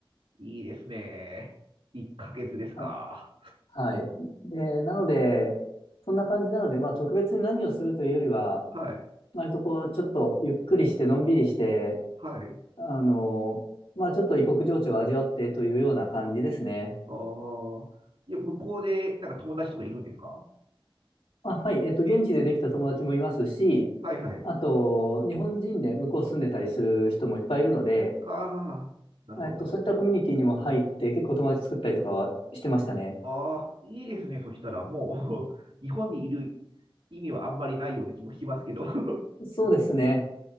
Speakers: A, on the right (about 80°); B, on the left (about 90°).
A: いいですね。1ヶ月ですか。
B: <laughs> あ、はい。で、なので、そんな感じなので、まあ特別に何をするというよりは、
A: はい、
B: 割とこう、ちょっとゆっくりして、のんびりして、
A: はい。
B: あの、まあちょっと異国情緒を味わってというような感じですね。
A: ああ、いや、向こうで、なんか友達とかいるんですか
B: あ、はい、えっと、現地でできた友達もいますし、
A: はい、はい。
B: あと、日本人で向こう住んでたりする人もいっぱいいるので、
A: はあ、はあはあ、なるほど、
B: えっと、
A: なるほど。
B: そういったコミュニティにも入って、結構友達作ったりとかはしてましたね。
A: ああ、いいですね。そしたら、もう <laughs> 日本にいる意味はあんまりないような気もしますけど <laughs>
B: そうですね。